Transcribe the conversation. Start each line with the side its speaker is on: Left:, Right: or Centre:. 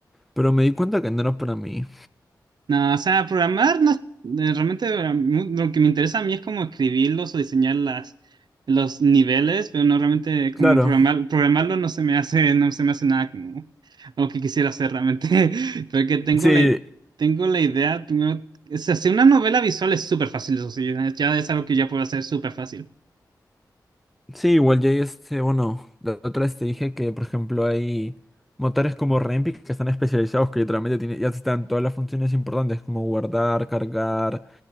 Centre: pero me di cuenta que no era para mí.
Right: No, o sea, programar no, eh, realmente eh, mu- lo que me interesa a mí es como escribirlos o diseñar las, los niveles, pero no realmente
Centre: Claro,
Right: como programar, programarlo no se me hace, <laughs> no se me hace nada como lo que quisiera hacer realmente, <laughs> porque tengo
Centre: sí,
Right: la, tengo la idea, primero, o sea, hacer una novela visual es súper fácil, eso sí, eh, ya es algo que ya puedo hacer súper fácil.
Centre: sí, igual ya hay este, bueno, la otra vez te dije que, por ejemplo, hay motores como Rempic que están especializados, que literalmente tiene, ya están todas las funciones importantes, como guardar, cargar,